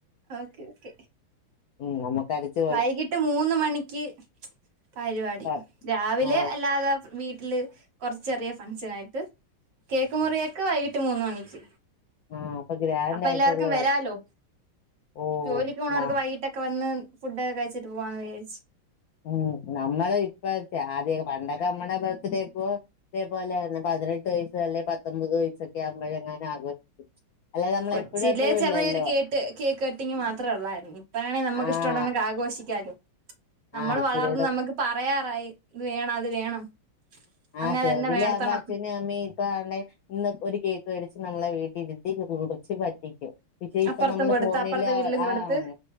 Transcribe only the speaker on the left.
ഉം നമുക്കടിച്ച്
ക
ഓ
ആ അപ്പൊ ഗ്രാൻഡ്
ആയിട്ടുള്ളതാക്കി
ഓ
ന
ഉം നമ്മള് ഇപ്പ ആദ്യ പണ്ടൊക്കെ അമ്മടെ ബർത്ത്ഡേക്കോ. ഇതേപോലെ ആയിരുന്നു പതിനെട്ട് വയസ്സ് അല്ലെങ്കി പത്തൊമ്പത് വയസ്സൊക്കെ ആവുമ്പോഴെങ്ങാനും ആഘോഷിക്കും. അല്ലാതെ നമ്മള്
എപ്പഴും എപ്പഴും
ഇല്ലല്ലോ
ആഹ്
ആഹ് ഇച്ചിരൂടെ
ആഹ്
ചെറുതിലേ
ആവുമ്പാ ചെ പിന്നെമ്മീ കാണ് ണെ ഇപ്പ അ ഇന്ന് ഒരു കേക്ക് മേടിച്ച് നമ്മളെ വീട്ടിരുത്തി കുടിച്ച് പറ്റിക്കും പക്ഷെ
ഇപ്പ നമ്മള്
ഫോണിലാ
അവിടെ
ആണ്